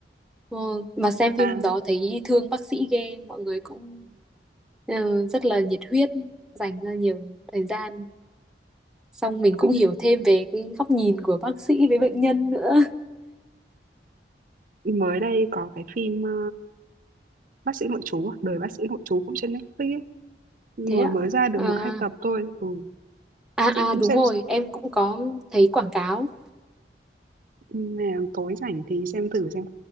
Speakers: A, in the centre; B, on the right.
A: Ừ. mà xem
B: mà
A: phim đó thấy thương bác sĩ ghê mọi người cũng ờ, rất là nhiệt huyết dành ra nhiều thời gian xong mình
B: công
A: cũng hiểu
B: nhận,
A: thêm về cái góc nhìn của bác sĩ với bệnh nhân nữa
B: mới đây có cái phim ờ, bác sĩ nội trú à? đời bác sĩ nội trú cũng trên Netflix ấy.
A: <laughs>
B: Vừa
A: thế ạ
B: mới ra được
A: à,
B: một hai tập thôi ừ
A: à
B: chị
A: à
B: cũng
A: đúng
B: xem
A: rồi em cũng có thấy quảng cáo
B: nè, tối rảnh thì xem thử xem